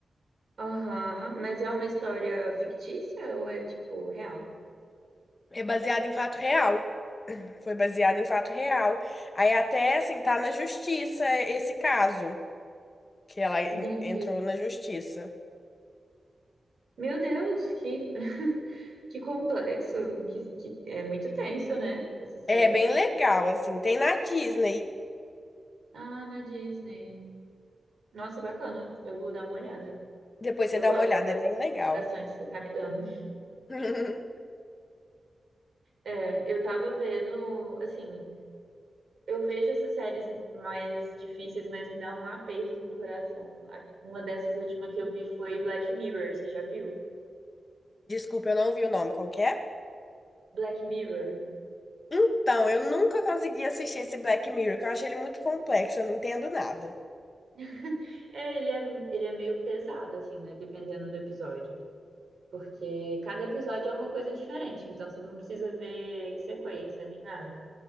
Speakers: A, on the right (about 65°); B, on the left (about 35°).
A: Aham. Mas é uma história fictícia ou é, tipo, real?
B: É baseado em fato real. Foi baseado em fato real. Aí até, assim, tá na justiça esse caso. que ela en-
A: Entendi.
B: entrou na justiça.
A: Meu Deus, que, <laughs> que complexo, que, que é muito tenso, né? Essa série.
B: É bem legal, assim. Tem na Disney.
A: Ah, na Disney. Nossa, bacana. Eu vou dar uma olhada.
B: Depois
A: Eu
B: você dá
A: gosto
B: uma olhada,
A: dessas
B: é bem
A: recomendações
B: legal.
A: que você tá me dando.
B: <laughs>
A: É, eu tava vendo, assim, eu vejo essas séries mais difíceis, mas me dá um aperto no coração. A- Uma dessas últimas que eu vi foi Black Mirror, você já viu?
B: Desculpa, eu não vi o nome qual que é
A: Black Mirror.
B: Então, eu nunca consegui assistir esse Black Mirror, que eu acho ele muito complexo, eu não entendo nada.
A: <laughs> É, ele é, ele é meio pesado, assim, né? Dependendo do episódio. Porque cada episódio é uma coisa diferente, então você não precisa ver em sequência nem nada.